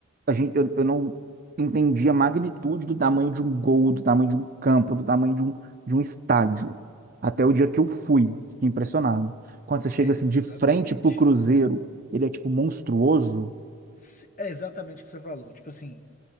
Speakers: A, on the right (about 40°); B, on the left (about 40°).
A: a gente, eu, eu não entendi a magnitude do tamanho de um gol, do tamanho de um campo, do tamanho de um, de um estádio. Até o dia que eu fui, fiquei impressionado. Quando você chega
B: é exatamente.
A: assim de frente pro Cruzeiro, ele é tipo monstruoso.
B: Se- É exatamente o que você falou. Tipo assim,